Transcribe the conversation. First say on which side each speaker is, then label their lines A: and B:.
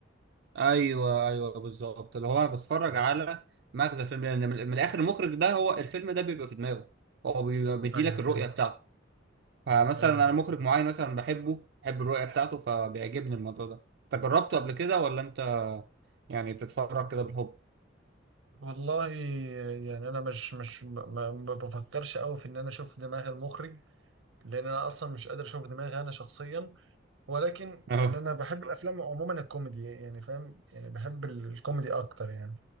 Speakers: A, on the right; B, on the right.
A: ايوه ايوه بالظبط اللي هو انا بتفرج على مغزى الفيلم لان من من الاخر المخرج ده هو الفيلم ده بيبقى في دماغه هو بيبقى مديلك
B: ايوه فاهم
A: الرؤيه بتاعته فمثلا
B: فهمتك
A: انا مخرج معين مثلا بحبه بحب الرؤيه بتاعته فبيعجبني الموضوع ده انت جربته قبل كده ولا انت يعني بتتفرج كده بالحب
B: والله يعني انا مش مش ما ما بفكرش قوي في ان انا اشوف دماغ المخرج لان انا اصلا مش قادر اشوف دماغي انا شخصيا ولكن يعني
A: اه
B: انا بحب الافلام عموما الكوميدي يعني فاهم يعني بحب ال- الكوميدي اكتر يعني